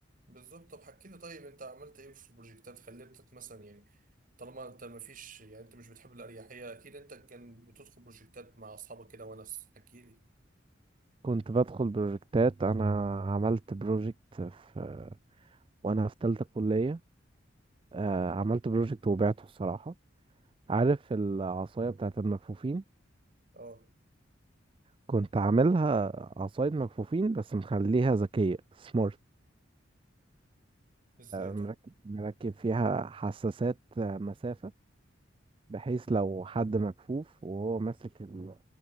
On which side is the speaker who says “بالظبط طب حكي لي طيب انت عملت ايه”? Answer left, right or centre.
Right